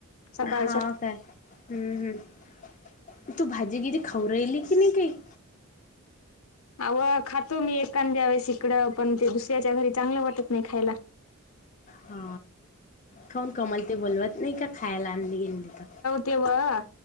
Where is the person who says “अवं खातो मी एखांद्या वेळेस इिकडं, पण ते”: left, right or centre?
Left